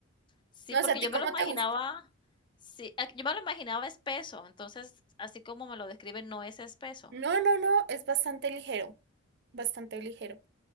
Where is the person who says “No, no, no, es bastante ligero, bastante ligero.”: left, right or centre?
Right